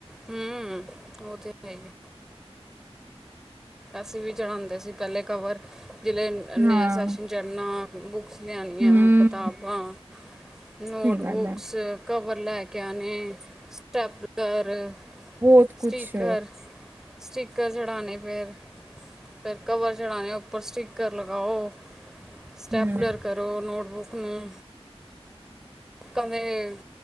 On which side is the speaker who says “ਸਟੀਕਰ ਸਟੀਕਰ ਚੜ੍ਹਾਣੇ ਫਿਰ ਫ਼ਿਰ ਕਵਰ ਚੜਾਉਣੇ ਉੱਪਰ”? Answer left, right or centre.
Centre